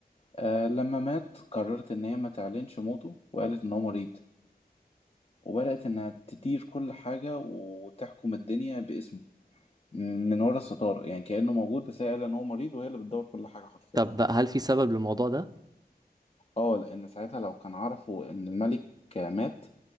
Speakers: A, on the left; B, on the right.
A: آه لما مات قررت إن هي ما تعلنش موته وقالت إن هو مريض وبدأت إنها تدير كل حاجة وتحكم الدنيا باسمه من ورا الستارة يعني كأنه موجود بس هي قال إن هو مريض وهي اللي بتدور كل حاجة حرفيا
B: طب بقى، هل في سبب للموضوع ده؟
A: اه لأن ساعتها لو كان عرفوا إن الملك مات